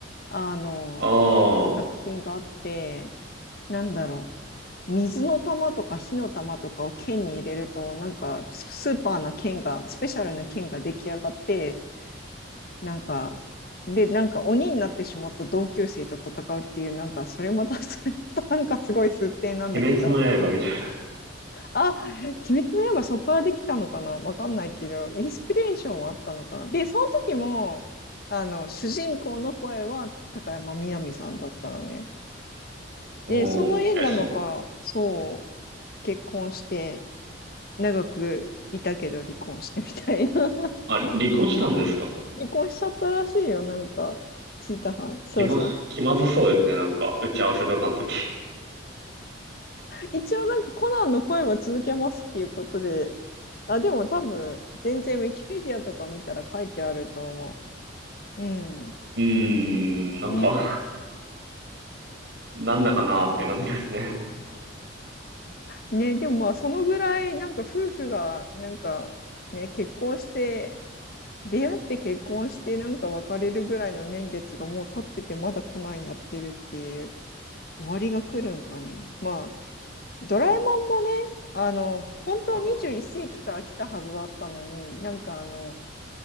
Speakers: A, on the left (about 50°); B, on the right (about 60°).
A: あの、
B: ああ、
A: 作品があって、なんだろう。水の玉とか火の玉とかを剣に入れると、なんかスーパーな剣が、スペシャルな剣が出来上がって、なんか、で、なんか鬼になってしまった同級生と戦うっていう、なんかそれまた <laughs> それとなんかすごい数点なんだけど、
B: 鬼滅の刃みたいな。
A: あ、鬼滅の刃そこからできたのかなわかんないけど、インスピレーションはあったのかなで、その時も、あの、主人公の声は高山みなみさんだったのね。
B: おお、
A: で、その縁なのか、
B: え、そう。
A: そう、結婚して長くいたけど離婚してみたいな
B: あ、離婚したんですか
A: <laughs> 離婚しちゃったらしいよなんか聞いたはんそうそう
B: 気ま、気まずそうですね、なんか、打ち合わせとかの時。
A: 一応なんかコナンの声は続けますっていうことであでも多分全然ウィキペディアとか見たら書いてあると思ううん
B: うーん、なんか、
A: うん
B: <laughs> なんだかなーって感じですね。
A: ねでもまあそのぐらいなんか夫婦がなんかね結婚して出会って結婚してなんか別れるぐらいの年月がもう経っててまだコナンやってるっていう終わりが来るんかね。まあ、ドラえもんもね、あの、本当は21世紀から来たはずだったのに、
B: <laughs>
A: なんかあの、